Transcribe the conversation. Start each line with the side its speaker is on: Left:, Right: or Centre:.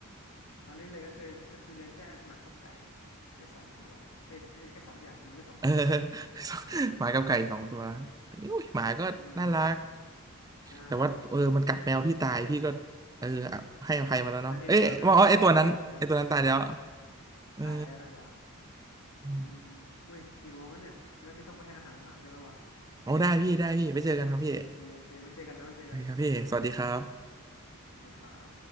Left: ตอนนี้เลยก็คือก็คือเลี้ยงแค่หมากับไก่อะแค่สองตัวเอ้ยไม่ใช่แค่สองอย่างคือไม่ใช่สองตัว
Right: เออ <laughs>
Left: เออ
Right: หมากับไก่สองตัวอุ้ยหมาก็น่ารัก
Left: อืมได้
Right: แต่ว่าเออมันกัดแมวพี่ตายพี่ก็เอออ่ะให้อภัยมาแล้วเนาะเอ๊ะว่าอ๋อไอตัวนั้นไอตัวนั้นตายแล้ว
Left: บางทีตอนแรกพี่ก็โกรธแหละแต่ตอนพี่แพ้ไปละ
Right: เออ
Left: ตายแล้วตายแล้ว
Right: อืม
Left: อืมอุ้ยกี่โมงแล้วเนี่ยพี่ว่าพี่ต้องไปให้อาหารหมาพี่แล้ววะ
Right: โอ้ได้พี่ได้พี่ไปเจอกันครับพี่
Left: โอเคโอเคไว้เจอกันนะไว้เจอกัน
Right: โอเคครับพี่สวัสดีครับ
Left: โอเคครับ